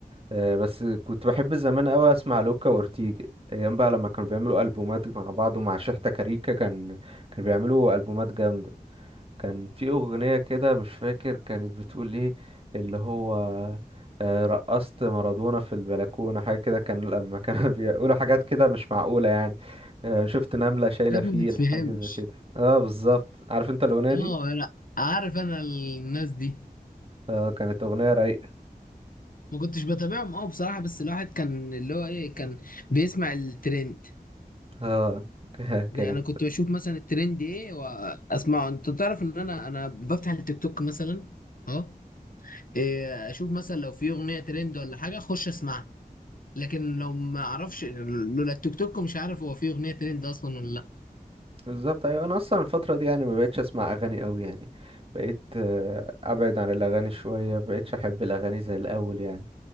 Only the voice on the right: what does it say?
آه، بس كنت بحب زمان قوي اسمع لوكا وأورتيج ايام بقى لما كانوا بيعملوا البومات مع بعض ومع شحتة كاريكا كان كانوا بيعملوا البومات جامده كان في اغنيه كده مش فاكر كانت بتقول ايه اللي هو آه، رقصت مارادونا في البلكونه حاجه كده كان لما كانوا <laughs> بيقولوا حاجات كده مش معقوله يعني آه، شفت نمله شايله
فيل
حاجه زي كده اه بالظبط عارف انت الاغنيه
دي
آه، كانت اغنيه رايقه
اه <laughs>
كانت
بالظبط ايوه انا اصلا الفتره دي يعني ما بقتش اسمع اغاني قوي يعني بقيت آه، ابعد عن الاغاني شويه ما بقتش احب الاغاني زي الاول يعني